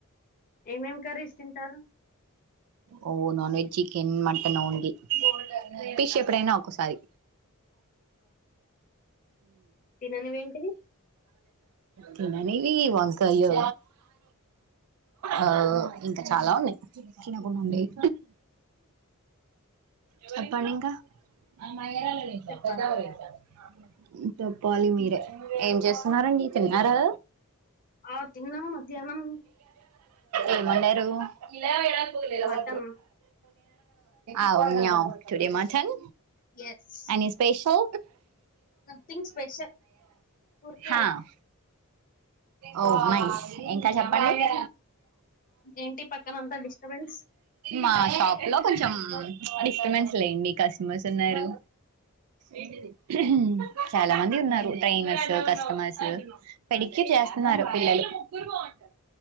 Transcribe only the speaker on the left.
ఏమేం కర్రీస్ తింటారు
తిననివి ఏంటివి
చెప్పాలి
ఆ తిన్నా మధ్యాహ్నం
mutton
yes
nothing special ఊరికే
అలా
ఏంటి పక్కన అంతా డిస్టర్బెన్స్